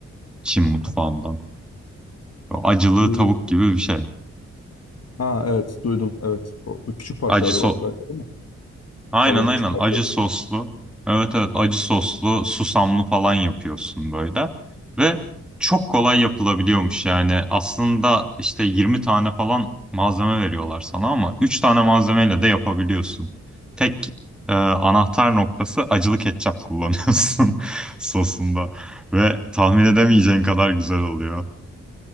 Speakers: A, in the centre; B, on the left.
A: Çin mutfağından. O acılı
B: Ee,
A: tavuk gibi bir şey.
B: Ha evet duydum evet. O küçük parçaları
A: Acı so
B: var galiba değil mi?
A: aynen
B: Tavuğun
A: aynen
B: küçük parçaları.
A: acı soslu. Evet evet acı soslu susamlı falan yapıyorsun böyle. Ve çok kolay yapılabiliyormuş yani. Aslında işte 20 tane falan malzeme veriyorlar sana ama 3 tane malzemeyle de yapabiliyorsun. Tek e, anahtar noktası acılı ketçap kullanıyorsun <laughs> sosunda. Ve tahmin edemeyeceğin kadar güzel oluyor.